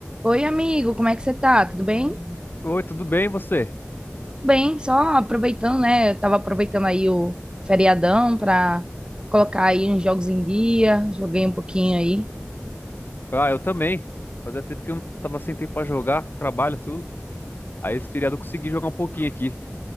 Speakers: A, on the right; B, on the left.
A: Oi, amigo, como é que você tá? Tudo bem?
B: Oi, tudo bem, e você?
A: Tudo bem, só aproveitando, né? Eu tava aproveitando aí o feriadão pra colocar aí uns jogos em dia, joguei um pouquinho aí.
B: Ah, eu também. Fazia tempo que eu não tava sem tempo pra jogar, trabalho, tudo. Aí esse feriado eu consegui jogar um pouquinho aqui.